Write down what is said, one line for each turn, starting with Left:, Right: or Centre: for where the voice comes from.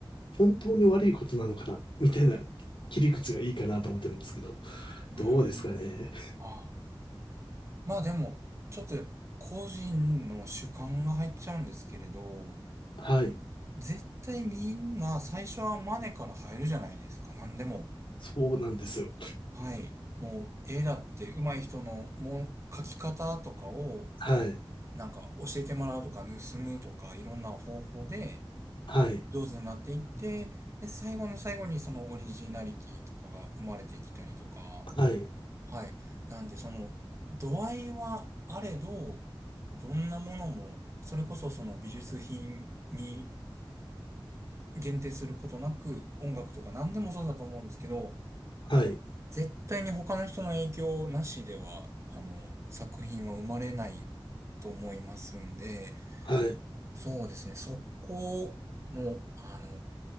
Left: 本当に悪いことなのかなみたいな切り口がいいかなと思ってるんですけど、
Right: うーん。
Left: どうですかね。
Right: ああ。まあでも、ちょっと個人の主観が入っちゃうんですけれど、
Left: はい。
Right: 絶対みんな最初はマネから入るじゃないですか、何でも。
Left: そうなんですよ。
Right: はい。もう絵だって上手い人のもう描き方とかを
Left: はい。
Right: なんか教えてもらうとか盗むとかいろんな方法で
Left: はい。
Right: 上手になっていって、で、最後の最後にそのオリジナリティとかが生まれてきたりとか、
Left: はい。
Right: はい。なんで、その、度合いはあれど、どんなものも、それこそその美術品に限定することなく、音楽とか何でもそうだと思うんですけど、
Left: はい。
Right: 絶対に他の人の影響なしでは、あの、作品は生まれないと思いますんで、
Left: はい。
Right: そうですね、そこの、あの、